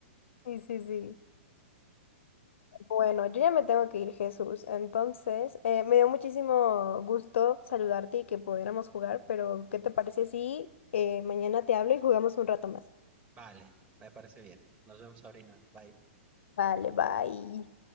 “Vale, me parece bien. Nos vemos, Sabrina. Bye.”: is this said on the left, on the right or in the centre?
Right